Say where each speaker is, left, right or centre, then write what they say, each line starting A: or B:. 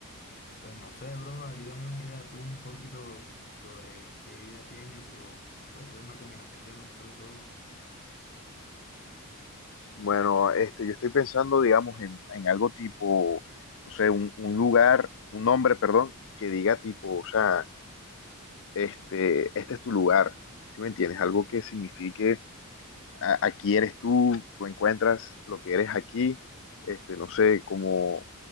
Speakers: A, on the left; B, on the left.
A: Pues no sé, bro, ahí dame una idea tú un poquito sobre qué idea tienes o puede ser una combinación de nosotros dos.
B: Bueno, este, yo estoy pensando, digamos, en, en algo tipo, no sé, un, un lugar, un nombre, perdón, que diga tipo, o sea, este, este es tu lugar, ¿sí me entiendes? Algo que signifique a- aquí eres tú, tú encuentras lo que eres aquí, este, no sé, como